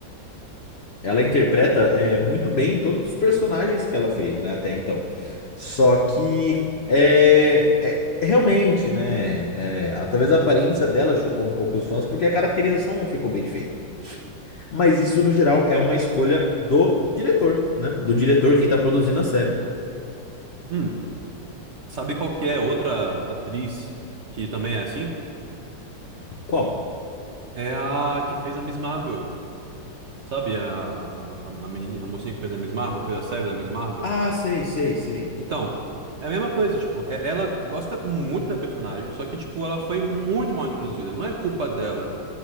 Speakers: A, on the left; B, on the right.
A: Ela interpreta é, muito bem todos os personagens que ela fez, né, até então. Só que é, é- realmente, né? é, a- talvez a aparência dela chocou um pouco os fãs, porque a caracterização não ficou bem feita. Mas isso, no geral, é uma escolha do diretor, né? Do diretor, quem tá produzindo a série.
B: Hum, sabe qual que é outra atriz que também é assim?
A: Qual?
B: É a que fez a Miss Marvel. Sabe, a, a, a, a menininha, a mocinha que fez a Miss Marvel, que fez a série da Miss Marvel.
A: Ah, sei, sei, sei.
B: Então, é a mesma coisa, tipo, é- ela gosta muito da personagem, só que, tipo, ela foi muito mal introduzida. Não é culpa dela.